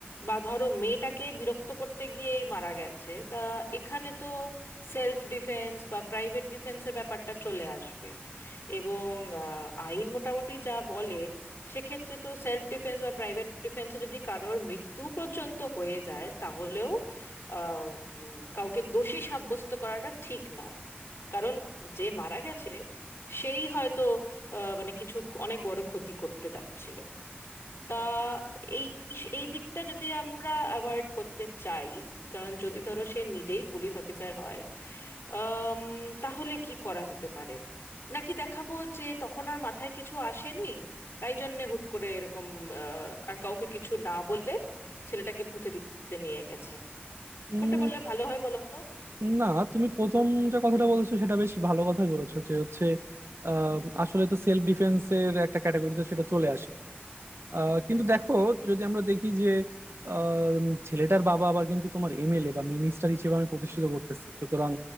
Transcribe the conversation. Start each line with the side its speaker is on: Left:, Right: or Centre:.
Left: বা ধরো মেয়েটাকে বিরক্ত করতে গিয়েই মারা গেছে তা এখানে তো সেলফ ডিফেন্স বা প্রাইভেট ডিফেন্সের ব্যাপারটা চলে আসবে এবং আহ, আইন মোটামুটি যা বলে সেক্ষেত্রে তো সেলফ ডিফেন্স বা প্রাইভেট ডিফেন্সে যদি কারোর মৃত্যু পর্যন্ত হয়ে যায় তাহলেও আহ, উম, কাউকে দোষী সাব্যস্ত করাটা ঠিক নয় কারণ যে মারা গেছে সেই হয়তো আহ, মানে কিছু অনেক বড় ক্ষতি করতে যাচ্ছিল তা এই এই দিকটা যদি আমরা অ্যাভয়েড করতে চাই কারণ যদি ধরো সে নিজেই পুলিশ অফিসার হয় আম, তাহলে কি করা যেতে পারে নাকি দেখাবো যে তখন আর মাথায় কিছু আসেনি তাই জন্যে হুট করে এরকম আহ, আর কাউকে কিছু না বলে ছেলেটাকে পুঁতে দিতে নিয়ে গেছে
Right: উম,
Left: কোনটা করলে ভালো হয় বলো তো
Right: না তুমি প্রথম যে কথাটা বলেছো সেটা বেশ ভালো কথাই বলেছো যে হচ্ছে আহ, আসলে তো সেলফ ডিফেন্সের একটা ক্যাটাগরিতে সেটা চলে আসে আহ, কিন্তু দেখো যদি আমরা দেখি যে আহ, ছেলেটার বাবা আবার কিন্তু তোমার এমএলএ বা মিনিস্টার হিসেবে আমি প্রতিষ্ঠিত করতেছি সুতরাং